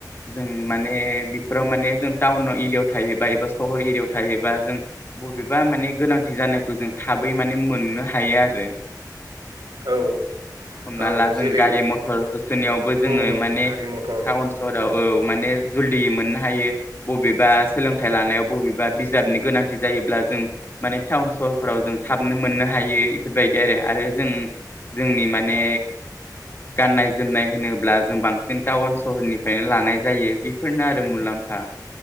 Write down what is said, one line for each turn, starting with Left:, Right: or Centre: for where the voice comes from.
Left: जों माने बेफोराव माने जों टाउन एरियायाव थायोबा एबा सहर एरियायाव थायोबा जों बबेबा माने गोनांथि जानायखौ जों थाबै माने मोननो हायो आरो
Right: औ
Left: हमना
Right: औ
Left: ला जों
Right: जेरै
Left: गारि मथर होसोनोनायावबो जोङो
Right: उम
Left: माने
Right: गारि मथर
Left: टाउन सहराव औ माने जलदियै मोननो हायो बबेबा सोलोंथाइ लानायाव बबेबा बिजाबनि गोनांथि जायोब्ला जों माने टाउन सहरफोराव जों थाबनो मोननो हायो इफोरबायदि आरो आरो जों जोंनि माने गाननाय जोमनाय होनोब्ला जों बांसिन टाउन सहरनिफ्रायनो लानाय जायो बेफोरनो आरो मुलाम्फा